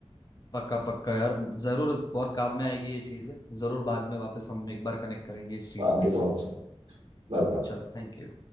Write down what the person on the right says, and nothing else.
Thank
you so much लग रहा